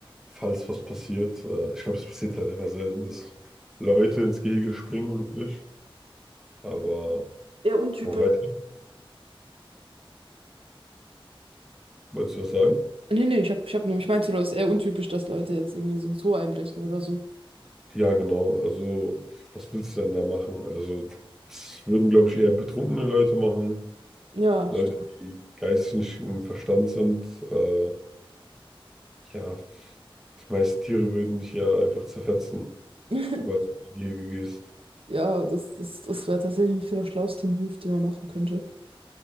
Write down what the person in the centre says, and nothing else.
falls was passiert. Äh, ich glaube, es passiert halt einfach selten, dass Leute ins Gehege springen, wirklich. Aber.
Man weiß Wolltest du was sagen?
Ja, genau. Also, pf, was willst du denn da machen? Also, das würden, glaube ich, eher betrunkene Leute machen.
Leute,
die geistig nicht im Verstand sind. Äh, ja, die meisten Tiere würden dich ja einfach zerfetzen,
sobald du in die Gehege gehst.